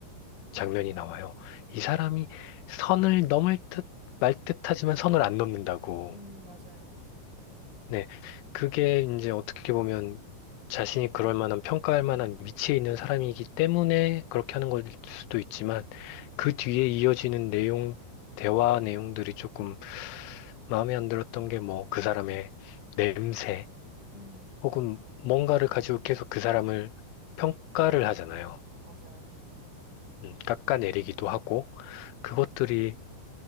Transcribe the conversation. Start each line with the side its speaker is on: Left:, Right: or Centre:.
Left: 장면이 나와요.
Right: 네.
Left: 이 사람이 선을 넘을 듯 말 듯하지만 선을 안 넘는다고.
Right: 음, 맞아요.
Left: 네, 그게 이제 어떻게 보면 자신이 그럴 만한 평가할 만한 위치에 있는 사람이기 때문에 그렇게 하는 걸 수도 있지만 그 뒤에 이어지는 내용, 대화 내용들이 조금 마음에 안 들었던 게 뭐 그 사람의 냄새,
Right: 음,
Left: 혹은 뭔가를 가지고 계속 그 사람을 평가를 하잖아요.
Right: 맞아요.
Left: 음, 깎아내리기도 하고, 그것들이,